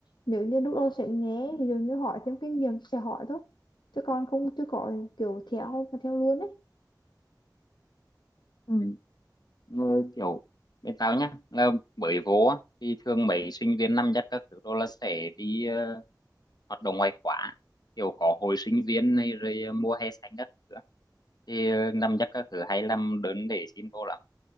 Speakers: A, on the left; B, on the left.
A: nếu như lúc đó sẽ nhé ví dụ như hỏi thêm kinh nghiệm sẽ hỏi thôi chứ còn không chưa có kiểu theo mà theo luôn ấy
B: Ừ. ừ. kiểu bên tao nhá là mới vô á, thì thường mấy sinh viên năm nhất các thứ đó là sẽ đi ờ, hoạt động ngoại khóa kiểu có hội sinh viên này rồi ờ, mua hè xanh các thứ á. thì ờ, năm chắc các thứ hay làm đơn để xin vô lắm